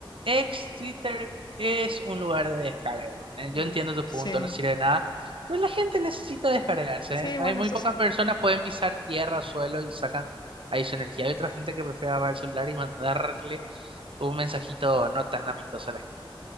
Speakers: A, on the right; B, on the left.
A: Ex Twitter es un lugar de descarga igual, ¿eh?
B: Mm,
A: Yo entiendo tu
B: sí,
A: punto, no sirve de nada, pero la gente necesita descargarse,
B: sí,
A: ¿eh? Hay
B: bueno,
A: muy
B: eso
A: pocas
B: sí.
A: personas pueden pisar tierra, suelo y sacan ahí su energía. Hay otra gente que prefiere agarrar el celular y mandarle un mensajito no tan amistoso a la gente.